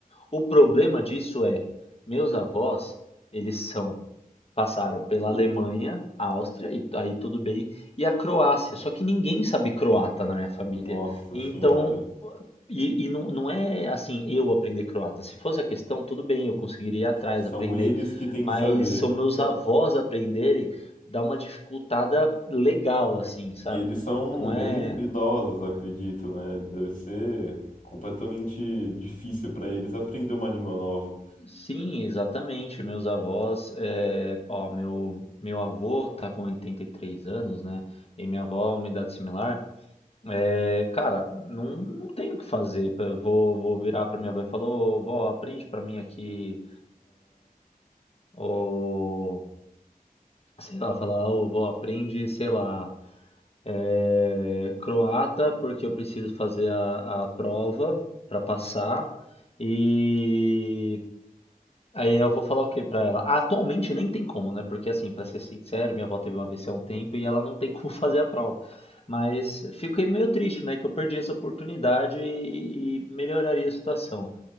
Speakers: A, on the left; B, on the left.
A: O problema disso é, meus avós, eles são passaram pela Alemanha, Áustria, e aí tudo bem, e a Croácia. Só que ninguém sabe croata na minha família.
B: nossa
A: Então,
B: senhora.
A: e, e não, não é assim, eu aprender croata. Se fosse a questão, tudo bem, eu conseguiria ir atrás,
B: São
A: aprender.
B: eles que têm
A: Mas
B: que saber.
A: são meus avós aprenderem, dá uma dificultada legal, assim, sabe?
B: E eles são
A: Não
B: bem
A: é.
B: idosos, acredito, né? Deve ser completamente difícil para eles aprender uma língua nova.
A: Sim, exatamente. Meus avós. É... Ó, meu, meu avô tá com 83 anos, né? E minha avó, uma idade similar. É... Cara, não, não tenho o que fazer. Eu Vou, vou virar pra minha avó e falar: Ô, vó, aprende pra mim aqui. Ô sei lá, falar, ô vó, aprende, sei lá, é, croata, porque eu preciso fazer a, a prova para passar. E aí eu vou falar o que pra ela? Ah, atualmente nem tem como, né? Porque assim, pra ser sincero, minha avó teve uma AVC há um tempo e ela não tem como <laughs> fazer a prova. Mas fiquei meio triste, né? Que eu perdi essa oportunidade e, e melhoraria a situação.